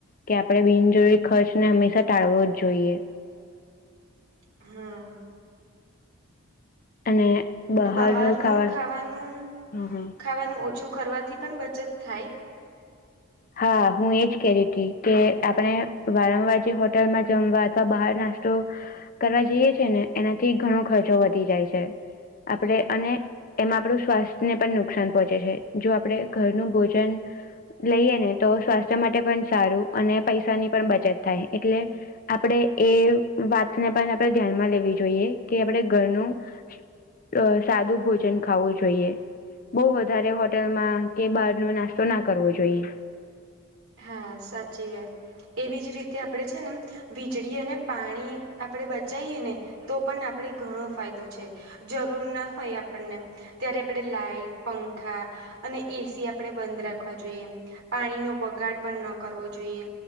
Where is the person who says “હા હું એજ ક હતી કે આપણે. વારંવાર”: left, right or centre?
Left